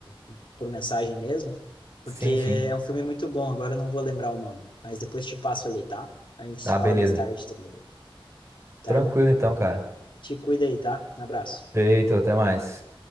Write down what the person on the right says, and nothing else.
Sim,
sim.
Ah,
beleza.
Tranquilo
então, cara.
Feito, até mais.